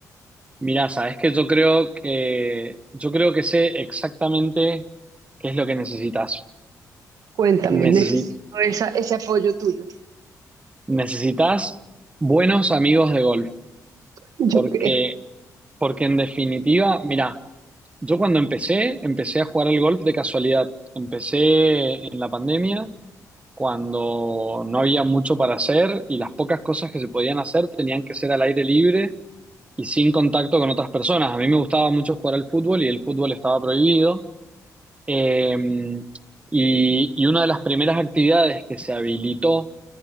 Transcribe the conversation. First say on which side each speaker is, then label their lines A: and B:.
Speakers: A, on the right; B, on the right.
A: Mirá, sabes que yo creo que yo creo que sé exactamente qué es lo que necesitas.
B: Cuéntame,
A: Necesi-
B: necesito esa, ese apoyo tuyo.
A: necesitas buenos amigos de golf,
B: Yo
A: porque
B: creo.
A: porque en definitiva, mirá, yo cuando empecé, empecé a jugar al golf de casualidad. Empecé en la pandemia cuando no había mucho para hacer y las pocas cosas que se podían hacer tenían que ser al aire libre. y sin contacto con otras personas. A mí me gustaba mucho jugar al fútbol y el fútbol estaba prohibido. Eh, y, y una de las primeras actividades que se habilitó